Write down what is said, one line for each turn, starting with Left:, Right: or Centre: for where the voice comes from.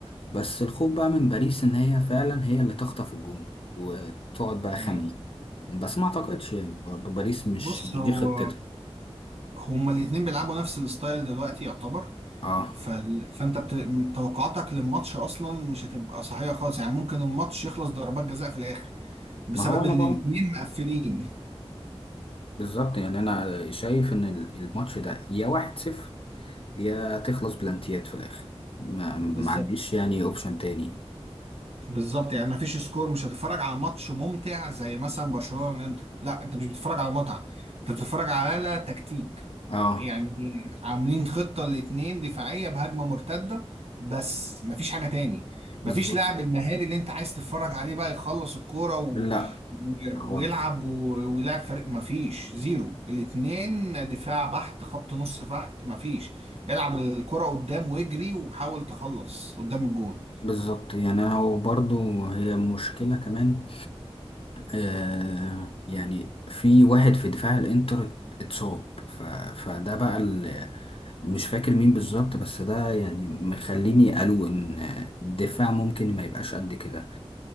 Left: بس الخوف بقى من باريس ان هي فعلا هي اللي تخطف الجون وتقعد بقى
Right: مم.
Left: خانقة بس ما اعتقدش يعني برضه باريس
Right: بص
Left: مش مش
Right: هو
Left: دي خطتها
Right: هما الاتنين بيلعبوا نفس الستايل دلوقتي يعتبر
Left: اه
Right: فال... فانت بت... م- توقعاتك للماتش اصلا مش هتبقى صحيحه خالص يعني ممكن الماتش يخلص ضربات جزاء في الاخر بسبب
Left: ما هو انا
Right: ان
Left: بقى
Right: الاتنين مقفلين
Left: بالظبط يعني انا شايف ان ال- الماتش ده يا واحد صفر يا تخلص بلانتيات في الاخر ما, ما
Right: بالظبط
Left: عنديش يعني اوبشن تاني
Right: بالظبط يعني مفيش سكور مش هتتفرج على ماتش ممتع زي مثلا برشلونة والانتر لا انت مش بتتفرج على متعة انت بتتفرج على تكتيك
Left: اه
Right: يعني عاملين خطة الاتنين دفاعية بهجمة مرتدة بس مفيش حاجة تاني
Left: بالظبط
Right: مفيش لاعب المهاري اللي انت عايز تتفرج عليه بقى يخلص الكورة و...
Left: لا خالص
Right: ويلعب و... ويلعب فريق مفيش زيرو الاتنين دفاع بحت خط نص بحت مفيش العب الكرة قدام واجري وحاول تخلص قدام الجون
Left: بالظبط يعني انا وبرضه هي مشكلة كمان آه يعني في واحد في دفاع الانتر اتصاب ف فده بقى ال- مش فاكر مين بالظبط بس ده يعني مخليني قالوا ان الدفاع ممكن ما يبقاش قد كده